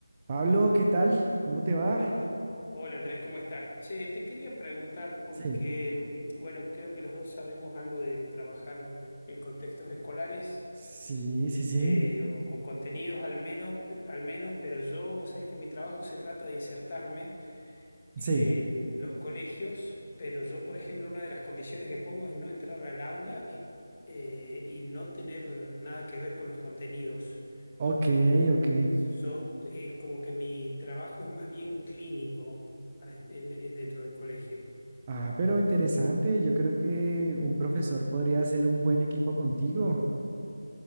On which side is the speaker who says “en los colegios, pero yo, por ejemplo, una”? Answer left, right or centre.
Left